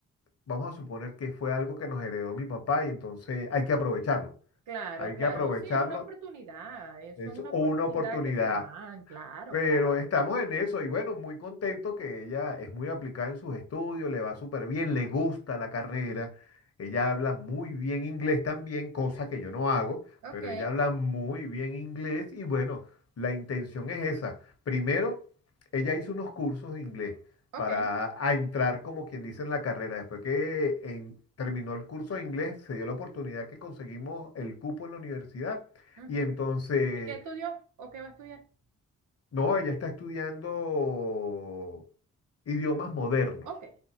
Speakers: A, on the left (about 55°); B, on the right (about 80°).
A: vamos a suponer que fue algo que nos heredó mi papá y entonces hay que aprovecharlo.
B: Claro,
A: Hay
B: claro.
A: que aprovecharlo
B: Sí, es una oportunidad. Eso
A: es
B: es una
A: una
B: oportunidad
A: oportunidad,
B: que te dan. Claro,
A: pero
B: claro.
A: estamos en eso y bueno, muy contento que ella es muy aplicada en sus estudios, le va súper bien, le gusta la carrera, ella habla muy bien inglés también, cosa que yo no hago,
B: Ok,
A: pero ella habla muy bien inglés y bueno, la intención es esa. Primero, ella hizo unos cursos de inglés
B: ok.
A: para a entrar como quien dice en la carrera. Después que en- terminó el curso de inglés, se dio la oportunidad que conseguimos el cupo en la universidad
B: ujú.
A: y entonces...
B: ¿Y qué estudió o qué va a estudiar?
A: No, ella está estudiando idiomas modernos.
B: Ok,